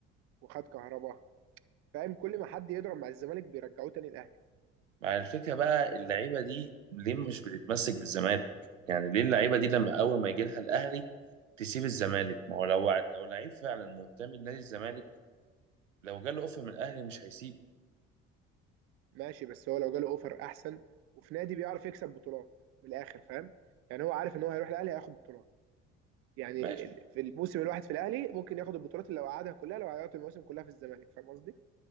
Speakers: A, on the right; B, on the right.
A: وخد كهربا فاهم كل ما حد يضرب مع الزمالك بيرجعوه تاني الاهلي
B: مع الفكره بقى اللعيبه دي ليه مش بتتمسك بالزمالك يعني ليه اللعيبه دي لما اول ما يجي لها الاهلي تسيب الزمالك ما هو لو لو لعيب فعلا منتمي لنادي الزمالك لو جاله اوفر من الاهلي مش هيسيبه
A: ماشي بس هو لو جاله اوفر احسن وفي نادي بيعرف يكسب بطولات من الاخر فاهم يعني هو عارف ان هو هيروح الاهلي هياخد بطولات يعني
B: ماشي
A: ال- في الموسم الواحد في الاهلي ممكن ياخد البطولات اللي لو قعدها كلها لو عيط الموسم كلها في الزمالك فاهم قصدي؟